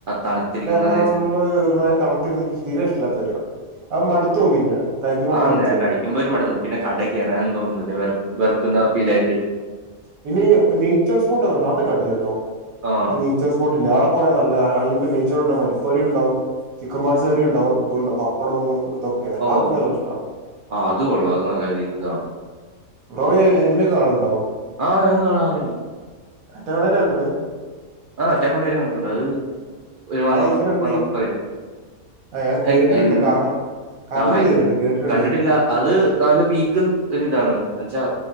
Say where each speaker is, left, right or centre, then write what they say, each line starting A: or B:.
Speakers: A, on the right; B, on the right.
A: തണുത്തിരിക്കുന്നത്
B: മ്മ
A: നൈസ്
B: ഒരുമാരിരി തണത്തിരുന്നനിക്ക് തീരെ ഇഷ്ടല്ലാത്ത കാര്യാ മടുത്തോകും പിന്നെ
A: ആഹ്
B: മടുത്തു
A: അത്
B: പോവും
A: കഴിക്കുമ്പോ ഒരു മടി തന്നു പിന്നെ കട കയറാനും തോന്നുന്നില്ല വെറുക്കുന്ന ഫീൽ ആയിട്ട്
B: പിന്നിയ് നേയ്ച്ചർ സ്പോട്ടൊക്കെണ്ട അത കടി യാട്ടോ
A: ആ
B: നേയ്ച്ചർ സ്പോട്ടില്ലേ അവിടെ പോയാ നല്ല അൺലിമിറ്റഡ് നെയ്‌ച്ചോർ ഉണ്ടാകും പരിപ്പ് കറി ഉണ്ടാവും ചിക്കൻ പാർട്സ് കറി ഉണ്ടാകും ഇതുമുണ്ട് പപ്പടവും ഇതൊക്കെ അതൊക്കെ
A: ഓ
B: എനിക്ക് നല്ല ഇഷ്ടാ
A: ആ അത് കൊള്ളാം അത് നല്ല ഒരു ഇതാണ്
B: റോയ് എമിനിയൊക്കെ കാണലുണ്ടോ
A: ആഹ് ഞാൻ കാണാറ്ണ്ട്
B: മറ്റവളന്നെ കണ്ട്ണ്
A: ആ അറ്റ കൊണ്ടും കണ്ടിട്ടുണ്ട് അത് ഒരു വൺ
B: അത്
A: ഓഫ്
B: എങ്ങനെണ്ട്
A: വൺ ഓഫ് എ
B: ആ ഞാൻ കേട്ടിട്ടുണ്ട്
A: എൻ
B: കാ കണ്ടില്ല
A: ആ എൻ
B: ഇതുവരെയായിട്ട് കേട്ടിട്ടുണ്ട്
A: കണ്ടിട്ടില്ല അത് നാല് പീക്ക് ഒരു ഇതാണ് എന്നെച്ചാ